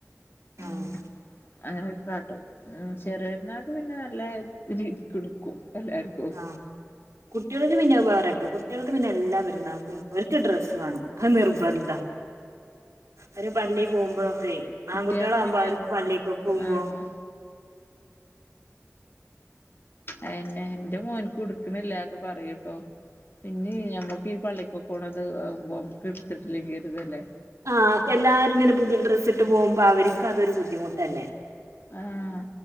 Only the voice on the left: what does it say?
അങ്ങനെ
അങ്ങനെയൊക്കെ കാട്ടും ചെറിയരുന്നാക്ക് പിന്നെ നല്ല രീതി കൊടുക്കും എല്ലാവർക്കും
കുട്ടിയാക്ക്
പിന്നെ
ആഹ് ഹെന്നെ. ന്റെ മോൻകു. ടുക്ണില്ലാ ഒക്കെ. പറയൂട്ടോ.. പിന്നീ. ഞമ്മക്ക് ഈ. പള്ളിക്കൊക്കോണത്. ഹ് ബോ. ടുത്തിട്ടില്ലെങ്കി രുതല്ലെ..
ആഹ്.